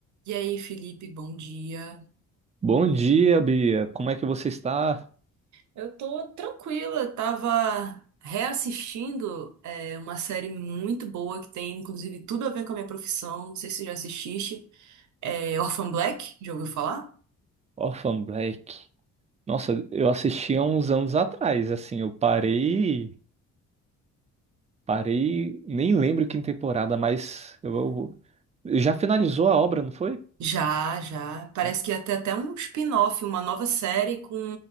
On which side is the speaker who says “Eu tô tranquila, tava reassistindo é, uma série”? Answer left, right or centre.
Right